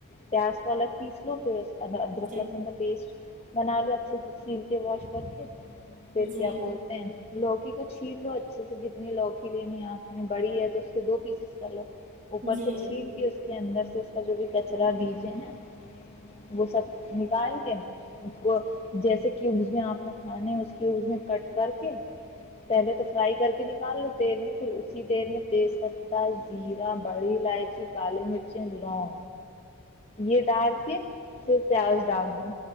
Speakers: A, on the left; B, on the right.
A: پس پالک پیس لو فھر ار ادرک
B: جی جی
A: لسن پیسٹ بنا لو اچھے سے چھیل کے واش کر کے پھر
B: جی جی
A: کیا بولتے ہیں لوگ کو چھین لو اچھے سے جتنی لوکی لینی آپنی بڑی ہے تو اس کے دو پیسز کر لو اوپر
B: جی جی
A: سے چین کے کے اندر سے اس کا جو بھی کچرا دیجے ہیں وہ سب نکال کیا اس کو جیسے کیوب میں آپ نے کھانے اس کے میں کٹ کر کے پہلے تو فرائی کر کے نکال لو تیل میں پھر اسی تیل میں تیز پہ زیرا بڑی لائ کالی مرچی لو یہ ڈال کے پھر پیاز ڈال دیں